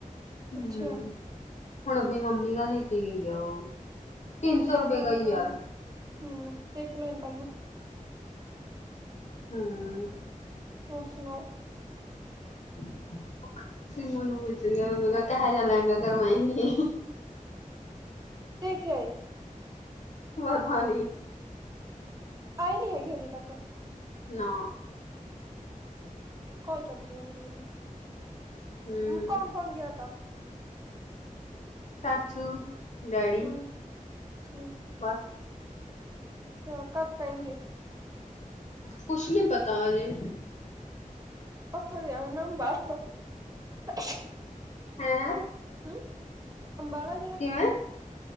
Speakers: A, on the left; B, on the right.
A: ਹੂੰ
B: ਅੱਛਾ।
A: ਹੁਣ ਅਪਣੀ ਮੰਮੀ ਗ ਲੈ ਕੇ ਗਈ ਆ ਉਹ, ਤਿੰਨ
B: ਚੱਲ ਦੇਖ
A: ਸੌ ਰੁਪਏ
B: ਲਾਂਗੇ
A: ਗਈ
B: ਕੱਲ
A: ਯਾਰ
B: ਨੂੰ ਹਮ ਦੇਖਲਓ ਕੱਲ ਨੂੰ
A: ਹਮ
B: ਹੋਰ ਸੁਣਾਓ?
A: <unintelligible> ਸਮੂ ਨੂੰ ਪੁੱਛਦੀ ਮ ਕਿਹੋਿ ਜੇਹਾ ਲੈੰਗਾ ਕਰਵਾਏਗੀ?
B: ਦੇਖਿਆਏ
A: ਵਧ ਨ
B: ਆਏ ਨਹੀਂ ਹੈਗੀ ਹਜੇ ਤੱਕ।
A: ਨਾ
B: ਕੋਲ ਚੱਲ ਰਹੀ ਆ ਮੇਰੀ ਤੇ।
A: ਹਮ
B: ਕੌਣ ਕੌਣ ਗਿਆ ਤਾ?
A: ਚਾਚੂ, ਡੈਡੀ?
B: ਹਮ ਹਮ
A: ਬਸ।
B: <unintelligible>
A: ਕੁਛ ਨੀ ਪਤਾ ਅਜੇ
B: <unintelligible>
A: ਹੈਂ
B: ਹੂੰ, ਅੰਬਾਲਾ ਗਏ
A: ਹੈਂ।